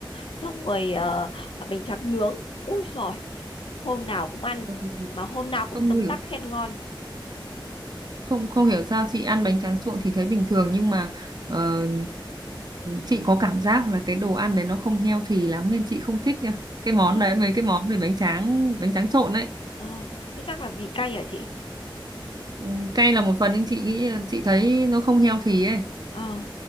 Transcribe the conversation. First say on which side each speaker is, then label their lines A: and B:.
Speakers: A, on the left (about 80°); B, on the right (about 50°).
A: Xong rồi ờ, à, bánh tráng nướng. Ui rồi hôm nào cũng ăn.
B: không
A: Mà hôm nào cũng
B: không
A: tấm
B: hiểu
A: tắc khen ngon.
B: không không hiểu sao chị ăn bánh tráng trộn thì thấy bình thường nhưng mà ờ, chị có cảm giác là cái đồ ăn đấy nó không healthy lắm nên chị không thích nữa cái món
A: Ơ,
B: đấy mấy cái món về bánh tráng bánh tráng trộn ấy
A: Ồ, thế chắc là vì cay hả chị?
B: Ừ, cay là một phần nhưng chị nghĩ chị thấy nó không healthy ấy
A: Ờ,